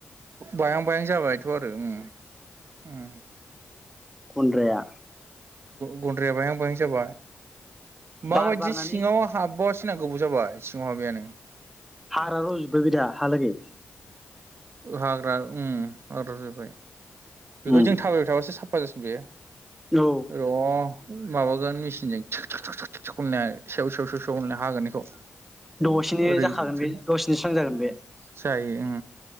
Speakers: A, on the right; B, in the centre.
A: बायहां बायहां जाबायथ' आरो उम उम
B: गन्दद्राया
A: गन्द्राया बायहां बायहां जाबाय माबायदि
B: बार बारनानै
A: सिङाव हाबबा सिना गोबाव जाबाय सिङाव हाबियानो
B: हाग्रा रज'जोबबाय बेदा हालागै
A: हाग्रा उम रज'बाय बेखौ
B: उम
A: जों थाबायबाय थाबासो साफा जासिगोन बेयो
B: औ
A: र' माबागोन मेसिनजों <unintelligible> सेव सेव सेव सेव होननाय हागोन बेखौ
B: दसेनो
A: ओरै
B: जाखागोन बे दसेनो
A: <unintelligible>
B: स्रां जागोन बे
A: जायो उम